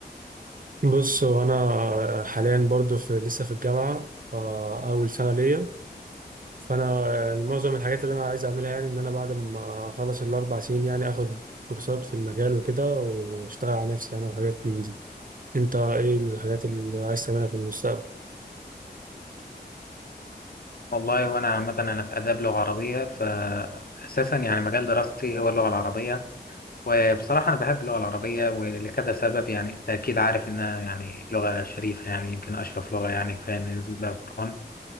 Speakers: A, on the right; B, on the left.
A: بص هو انا حاليا برضو في لسه في الجامعه فاول سنه ليا فانا معظم الحاجات اللي انا عايز اعملها يعني ان انا بعد ما اخلص الاربع سنين يعني اخد كورسات في المجال وكده واشتغل على نفسي يعني وحاجات من دي انت ايه الحاجات اللي عايز تعملها في المستقبل
B: والله وأنا عامة أنا في آداب لغة عربية فأساسا يعني مجال دراستي هو اللغة العربية وبصراحة أنا بحب اللغة العربية ولكذا سبب يعني أنت أكيد عارف إنها يعني لغة شريفة يعني يمكن أشرف لغة يعني كفاية إن نزل بها القرآن